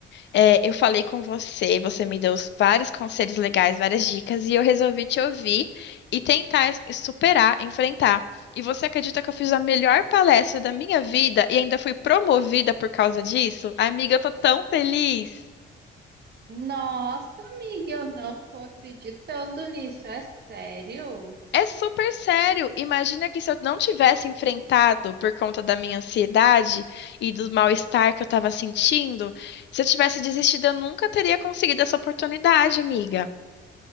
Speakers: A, on the left; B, on the right.
A: É, eu falei com você, você me deu vários conselhos legais, várias dicas, e eu resolvi te ouvir e tentar es- superar, enfrentar. E você acredita que eu fiz a melhor palestra da minha vida e ainda fui promovida por causa disso? Amiga, eu tô tão feliz.
B: Nossa, amiga, eu não tô acreditando nisso, é sério?
A: É super sério. Imagina que se eu não tivesse enfrentado por conta da minha ansiedade e do mal-estar que eu estava sentindo, se eu tivesse desistido, eu nunca teria conseguido essa oportunidade, amiga.